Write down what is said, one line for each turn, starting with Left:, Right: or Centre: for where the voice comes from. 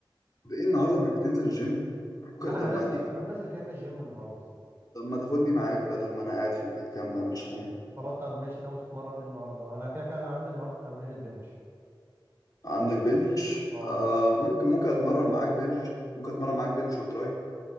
Left: طب ايه النهارده مش هتنزل الجيم بكره
Right: لا
Left: طب
Right: انا نازل
Left: ما تيجي
Right: انا نازل كده كده الجيم النهارده
Left: طب ما تاخدني معاك بدل ما انا قاعد في البيت كام بعملش حاجه
Right: خلاص طب ماشي ناوي تتمرن ايه النهارده انا كده كده انا عندي النهارده تمرينة بنش
Left: عندك بنش
Right: اه
Left: آه ممكن ممكن اتمرن معاك بنش ممكن اتمرن معاك بنش وتراي